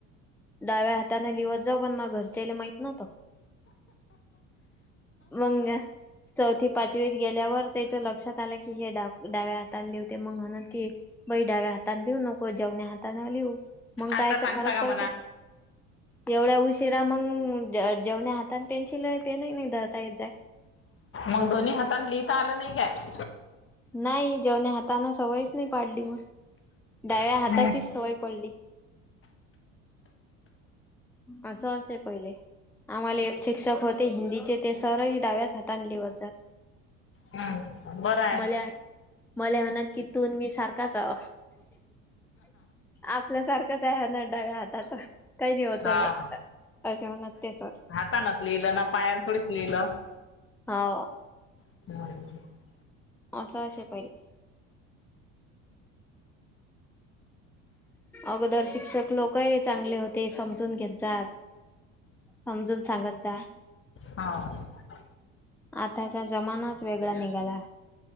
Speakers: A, in the centre; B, on the left.
A: डाव्या हाताने लिवत जाव पण माझा घरच्या ले माहि नव्हत मग चौथी पाचवी गेल्यावर त्याच्या लक्षात आलं. की हे डाव्या हाताने लिवते म्हणून की बाई डाव्या हाताने लिऊ नको जेवण्या हाताने लिहू मग
B: आता
A: कायच
B: सांगता
A: फरक
B: का
A: पडते.
B: म्हणा
A: एवढ्या उशिरा मग जेवण्या हातान पेन्सिल पेनही नाही धरता येत जाय
B: मग दोन्ही हाताने लिहिता आलं नाही काय?
A: नाही जेवण्या हाताने सवयच नाही. पाडली मग डाव्या
B: काय
A: हाताचीच सवय पडली. असं असे पहिले आम्हाला एक शिक्षक होते. हिंदीचे ते सर ही डाव्याच हातने लिवत जात.
B: हम् बरा
A: मल्या मल्या मनन की तून मी सारखाच आहो आपल्यासारखंच आहे. ह न डाव्या हाताचा. काही होत
B: हा
A: नत असे म्हणत ते सर!
B: हातानं लिहिलं ना पायां थोडीच लिहिलं.
A: होव
B: हम्
A: असं असे पहिले अगोदर शिक्षक लोकही चांगले होते समजून घेत जात. समजून सांगत जात.
B: होव
A: आताचा जमानाच वेगळा निघाला